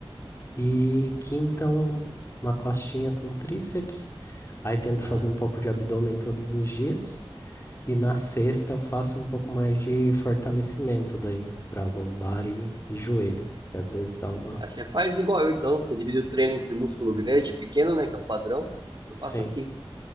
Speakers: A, on the left (about 30°); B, on the right (about 50°).
A: E quinta, um- uma costinha com tríceps. Aí tento
B: Ah.
A: fazer um pouco de abdômen todos os dias. E na sexta eu faço um pouco mais de fortalecimento daí, para lombar e, e joelho. Que às vezes dá uma.
B: Ah, Você faz igual eu, então. Você divide o treino entre músculo grande e pequeno, né? Que é o padrão. Eu faço
A: Sim.
B: assim.